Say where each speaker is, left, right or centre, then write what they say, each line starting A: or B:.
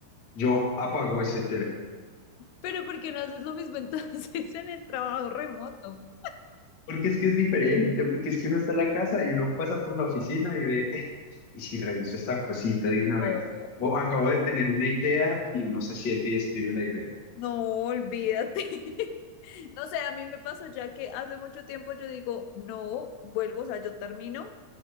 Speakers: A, on the left (about 55°); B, on the left (about 80°).
A: yo apago ese teléfono.
B: Pero ¿por qué no haces lo mismo entonces <laughs> en el trabajo remoto?
A: Porque es que es diferente, porque es que uno está en la casa y uno pasa por la oficina y ve, "Eh, y si reviso esta cosita de una vez,
B: No,
A: o acabo de tener una idea y uno se siente y escribe la idea.
B: no, olvídate. <laughs> No sé, a mí me pasó ya que hace mucho tiempo yo digo, no, vuelvo, o sea, yo termino